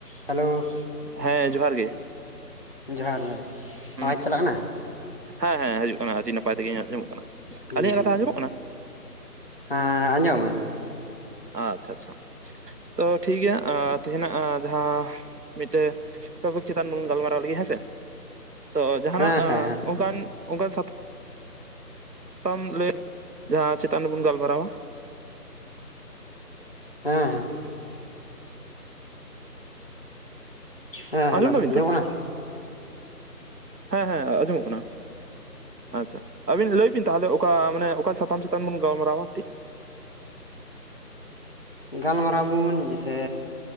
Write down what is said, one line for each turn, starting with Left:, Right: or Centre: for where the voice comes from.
Left: <inaudible> Hello
Right: ᱦᱮᱸ ᱡᱚᱦᱟᱨ ᱜᱮ ᱾
Left: ᱡᱚᱦᱟᱨ ᱡᱚᱦᱟᱨ
Right: ᱦᱩᱸ
Left: ᱟᱣᱟᱡᱽ ᱪᱟᱞᱟᱜ ᱠᱟᱱᱟ?
Right: ᱦᱮᱸ ᱦᱮᱸ ᱦᱤᱡᱩᱜ ᱠᱟᱱᱟ ᱟᱹᱰᱤ ᱱᱟᱯᱟᱭ ᱛᱮᱜᱮ ᱟᱸᱡᱚᱢᱚᱜ ᱠᱟᱱᱟ,
Left: ᱦᱩᱸ
Right: ᱟᱞᱤᱧᱟᱜ
Left: ᱦᱩᱸ
Right: ᱠᱟᱛᱷᱟ ᱟᱸᱡᱚᱢᱚᱜ ᱠᱟᱱᱟ?
Left: ᱦᱮᱸ ᱟᱸᱡᱚᱢ ᱟᱸᱡᱚᱢ
Right: ᱟᱪᱪᱷᱟ ᱟᱪᱪᱷᱟ ᱛᱚ ᱴᱷᱤᱠᱜᱮᱭᱟ ᱛᱦᱮᱱᱟᱸᱜ ᱡᱟᱦᱟᱸ ᱢᱤᱫᱴᱮᱱ ᱴᱚᱯᱤᱠ ᱪᱮᱛᱟᱱ ᱵᱚᱱ ᱜᱟᱞᱢᱟᱨᱟᱣ ᱞᱟᱹᱜᱤᱫ ᱦᱮᱸᱥᱮ, ᱛᱚ ᱡᱟᱦᱟ
Left: ᱦᱮᱸ
Right: ᱱᱟᱸᱜ
Left: ᱦᱮᱸ ᱦᱮᱸ
Right: ᱚᱱᱠᱟᱱ ᱚᱱᱠᱟᱱ ᱥᱟᱛᱼᱼ ᱢ <unintelligible> ᱞᱟᱹᱭ ᱡᱟᱦᱟᱸ ᱪᱮᱛᱟᱱ ᱨᱮᱵᱚᱱ ᱜᱟᱞᱢᱟᱨᱟᱣᱟ ᱾
Left: ᱦᱮᱸ ᱦᱮᱸ ᱦᱮᱸ
Right: ᱟᱸᱡᱚᱢ
Left: ᱦᱮᱞᱳ
Right: ᱫᱟᱵᱤᱱ
Left: ᱟᱸᱡᱚᱢᱚᱜ
Right: ᱛᱚ
Left: ᱠᱟᱱᱟ?
Right: ᱦᱮᱸ ᱦᱮᱸ ᱟᱸᱡᱚᱢᱚᱜ ᱠᱟᱱᱟ᱾ ᱟᱪᱪᱷᱟ, ᱟᱹᱵᱤᱱ ᱞᱟᱹᱭ ᱵᱤᱱ ᱛᱟᱦᱚᱞᱮ ᱚᱠᱟ ᱢᱟᱱᱮ ᱚᱠᱟ ᱥᱟᱛᱟᱢ ᱪᱮᱛᱟᱱ ᱵᱚᱱ ᱜᱟᱞᱢᱟᱨᱟᱣᱟ ᱠᱟᱹᱴᱤᱡ?
Left: ᱜᱟᱞᱢᱟᱨᱟᱣ ᱵᱚᱱ ᱡᱮᱭᱥᱮ